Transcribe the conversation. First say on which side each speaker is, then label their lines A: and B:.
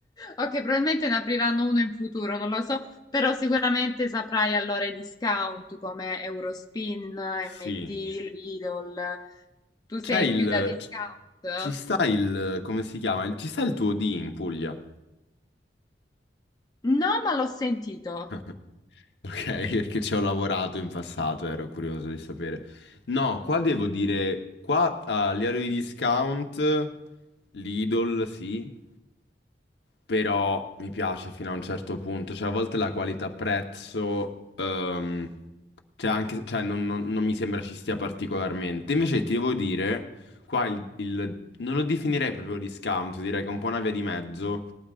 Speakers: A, on the left (about 20°); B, on the left (about 80°).
A: Ok, probabilmente ne apriranno uno in futuro, non lo so, però sicuramente saprai allora i discount come Eurospin, MD,
B: Sì.
A: Lidl. Tu sei
B: C'è il...
A: più da discount?
B: c- Ci sta il... come si chiama? Il- Ci sta il tuo D in Puglia?
A: No, ma l'ho sentito.
B: <laughs> Ok, perché ci ho lavorato in passato, ero curioso di sapere. No, qua devo dire, qua a livello di discount, Lidl sì, però mi piace fino a un certo punto, cioè a volte la qualità prezzo ehm, cioè, anche, cioè, non, non- non mi sembra ci stia particolarmente. Invece ti devo dire, qua il, il- non lo definirei proprio discount, direi che è un po' una via di mezzo.